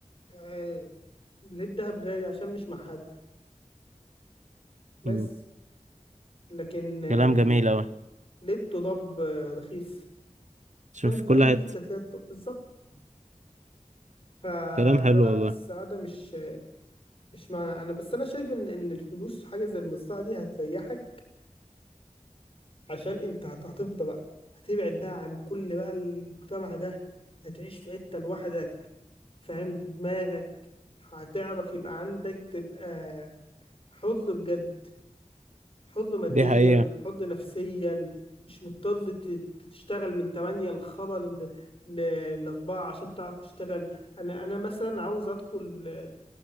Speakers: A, on the left; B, on the right.
A: آه ليه الذهب غالي عشان مش مع حد بس
B: مم.
A: لكن آه،
B: كلام جميل اوي
A: لقيت ضب رخيص
B: شوف
A: عشان
B: في
A: في
B: كل
A: اي
B: حتة
A: حته تلاقي طب بالظبط ف...
B: كلام حلو
A: فلا
B: والله
A: السعاده مش مش معنى انا بس انا شايف ان ان الفلوس حاجه زي المزرعه دي هتريحك عشان انت هت- هتفضى بقى هتبعد بقى عن كل بقى المجتمع ده هتعيش في حته لوحدك فاهم بدماغك هتعرف يبقى عندك تبقى حر بجد حر ماديا
B: دي حقيقة
A: حر نفسيا مش مضطر ت- تشتغل من 8 لخلا ل ل- لأربعة عشان تعرف تشتغل أنا أنا مثلا عاوز أدخل